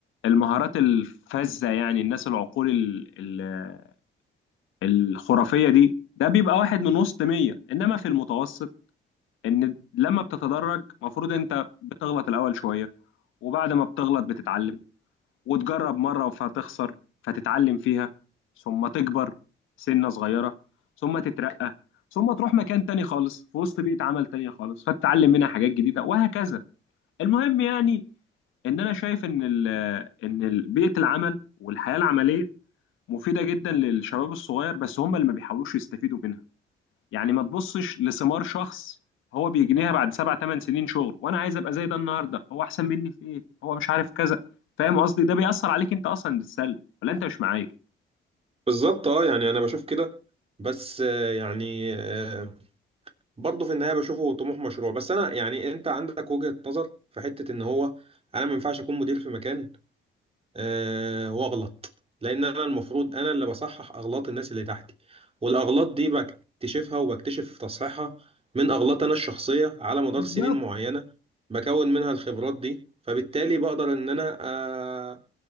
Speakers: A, on the left; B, on the right.
A: المهارات الفذة يعني الناس العقول ال ال آه، الخرافية دي ده بيبقى واحد من وسط 100 انما في المتوسط ان لما بتتدرج المفروض انت بتغلط الاول شوية وبعد ما بتغلط بتتعلم وتجرب مرة فهتخسر فتتعلم فيها ثم تكبر سنة صغيرة ثم تترقى ثم تروح مكان تاني خالص في وسط بيئة عمل تانية خالص فتتعلم منها حاجات جديدة وهكذا المهم يعني ان انا شايف ان ال ان ال- بيئة العمل والحياة العملية مفيدة جدا للشباب الصغير بس هم اللي ما بيحاولوش يستفيدوا منها يعني ما تبصش لثمار شخص هو بيجنيها بعد سبع ثمان سنين شغل وانا عايز ابقى زي ده النهارده هو احسن مني في ايه هو مش عارف كذا فاهم قصدي ده بيأثر عليك انت اصلا بالسلب ولا انت مش معايا
B: بالظبط اه يعني أنا بشوف كده بس آه، يعني آه، برضه في النهايه بشوفه طموح مشروع بس انا يعني انت عندك وجهه نظر في حته ان هو انا ما ينفعش اكون مدير في مكان أه واغلط لان انا المفروض انا اللي بصحح اغلاط الناس اللي تحتي والاغلاط دي بكتشفها وبكتشف تصحيحها من اغلاط انا الشخصيه على مدار
A: بالظبط
B: سنين معينه بكون منها الخبرات دي فبالتالي بقدر ان انا أه